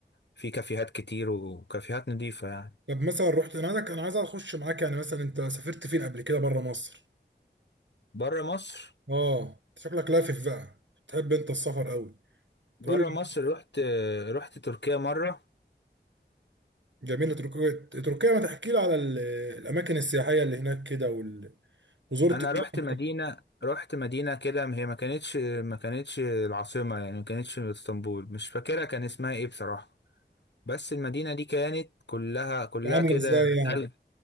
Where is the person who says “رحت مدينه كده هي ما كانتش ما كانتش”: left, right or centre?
Left